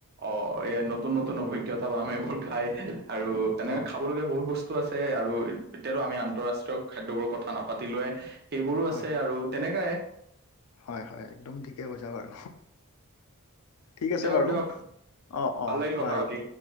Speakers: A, on the right (about 45°); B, on the left (about 85°).
A: অ' এই নতুন নতুন অভিজ্ঞতা বাম এইবোৰ খাই। আৰু তেনেকে
B: অ
A: খাব লগীয়া বহুত বস্তু আছে, আৰু এতিয়াতো আমি আন্তঃৰাষ্ট্ৰীয় খাদ্যবোৰৰ কথা নাপাতিলোৱে সেইবোৰো
B: হয়
A: আছে আৰু তেনেকাই
B: হয়, হয়। একদম ঠিকে কৈছা হয়। ঠিক আছে
A: দিয়ক
B: বাৰু,
A: দিয়ক
B: অ'
A: ভাল
B: অ'
A: লাগিল কথা
B: বাৰু
A: পাতি